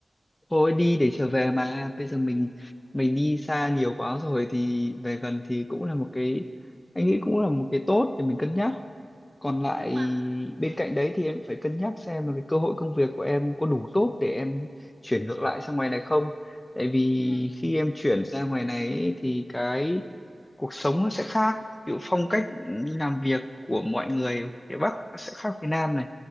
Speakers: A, on the left (about 25°); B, on the right (about 50°).
A: thôi đi để trở về mà. Bây giờ mình mình đi xa nhiều quá rồi thì về gần thì cũng là một cái anh nghĩ cũng là một cái tốt để mình cân nhắc. Còn lại
B: nhưng mà
A: bên cạnh đấy thì em phải cân nhắc xem là cái cơ hội công việc của em có đủ tốt để em chuyển ngược lại sang ngoài này không? Tại vì
B: ừ,
A: khi em chuyển ra ngoài này ấy, thì cái cuộc sống nó sẽ khác ví dụ phong cách làm việc của mọi người ở phía Bắc nó sẽ khác phía Nam này